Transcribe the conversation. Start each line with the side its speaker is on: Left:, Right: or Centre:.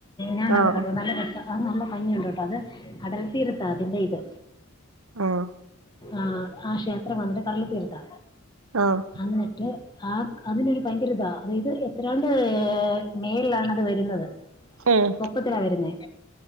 Left: ഞാന്
Right: ആഹ്
Left: അത് കണ്ടു നല്ല രസ ആ നല്ല ഭംഗിയുണ്ട് കേട്ടോ അത് കടൽ തീരത്താ അതിന്റെ ഇത്.
Right: ആഹ്
Left: ആഹ് ആ ക്ഷേത്രം വന്നിട്ട് കടൽ തീരാത്ത.
Right: ആഹ്
Left: അന്ന്ട്ട്. ആ അതിനൊരു ഭയങ്കര ഇതാ അതായത് എത്രാണ്ട് മേൾ ആണത് വരുന്നത്.
Right: ഉം
Left: പൊക്കത്തിലാ വരുന്നേ